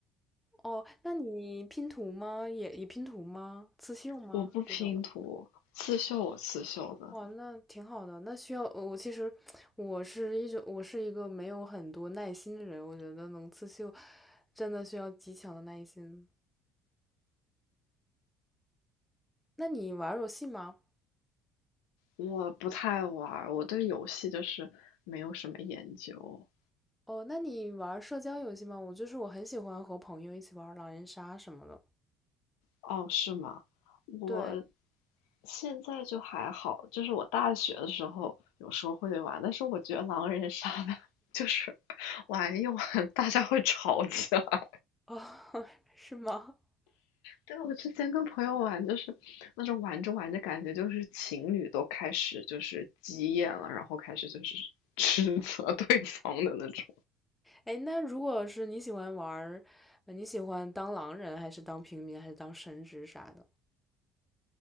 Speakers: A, in the centre; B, on the left.
A: 哦，那你拼图吗？也也拼图吗？刺绣吗？
B: 我不拼图，
A: 这种的？
B: 刺绣我刺绣的，
A: 哇，那挺好的。那需要我其实我是一种我是一个没有很多耐心的人，我觉得能刺绣真的需要极强的耐心。那你玩儿游戏吗？
B: 我不太玩儿我对游戏就是没有什么研究。
A: 哦，那你玩儿社交游戏吗？我就是我很喜欢和朋友一起玩儿狼人杀什么的。
B: 哦，是吗？我
A: 对，
B: 现在就还好，就是我大学的时候有时候会玩，但是我觉得狼人杀呢，就是 <laughs> 玩一玩大家会吵起来。
A: 哦，<laughs> 是吗？
B: 对，我之前跟朋友玩，就是那种玩着玩着，感觉就是情侣都开始就是急眼了，然后开始就是 <laughs> 指责对方的那种。
A: 哎，那如果是你喜欢玩儿，呃你喜欢当狼人，还是当平民，还是当神职啥的？